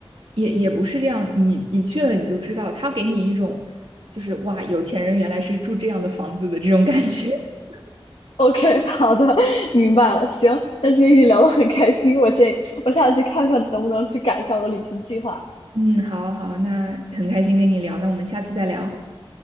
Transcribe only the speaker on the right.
也也不是这样，你你去了你就知道，他给你一种就是哇，有钱人原来是住这样的房子的这种感觉。<laughs>
嗯，好好，那很开心跟你聊，那我们下次再聊，